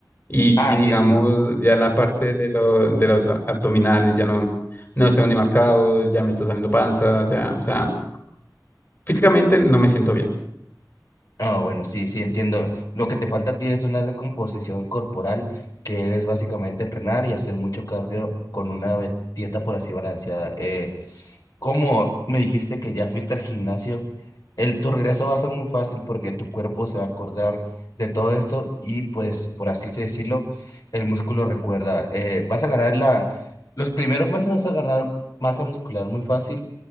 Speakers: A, on the left (about 35°); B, on the left (about 55°).
A: Y,
B: Ah,
A: y digamos,
B: sí, sí.
A: ya la parte de, lo- de los a- abdominales ya no, no los tengo ni marcados, ya me está saliendo panza, ya, o sea, físicamente no me siento bien.
B: Ah, bueno, sí, sí, entiendo. Lo que te falta a ti es una recomposición corporal, que es básicamente entrenar y hacer mucho cardio con una ve- dieta por así balanceada. Eh, Como me dijiste que ya fuiste al gimnasio, el tu regreso va a ser muy fácil porque tu cuerpo se va a acordar de todo esto y pues por así se decirlo, el músculo recuerda. Eh, vas a ganar la, los primeros meses vas a ganar masa muscular muy fácil,